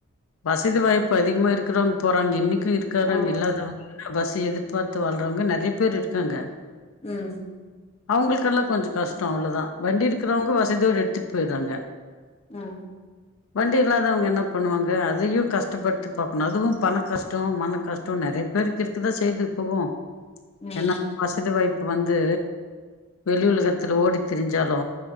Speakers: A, on the left; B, on the left.
A: வசதி வாய்ப்பு அதிகமா இருக்கறவங் போறாங்க இன்னைக்கு இருக்கறாங்க
B: ஆ
A: இல்லாதவங்க பஸ்ஸ எதிர்பார்த்து வாழ்றவங்க நெறைய பேர் இருக்காங்க
B: ம்
A: அவங்களுக்கெல்லா கொஞ்ச கஷ்ட அவ்ளோதா வண்டி இருக்கிறவங்க வசதியோட எடுத்துட்டு போயட்றாங்க
B: ம்
A: வண்டி இல்லாதவங்க என்ன பண்ணுவாங்க அதையு கஷ்டப்படுத்தி பாக்கணு அதுவு பணகஷ்ட மனகஷ்ட து நெறைய பேருக்கு இருக்குதா செய்து இப்பவு
B: ம்
A: ஏன்னா வசதி வாய்ப்பு வந்து வெளி உலகத்துல ஓடி திரிஞ்சாலு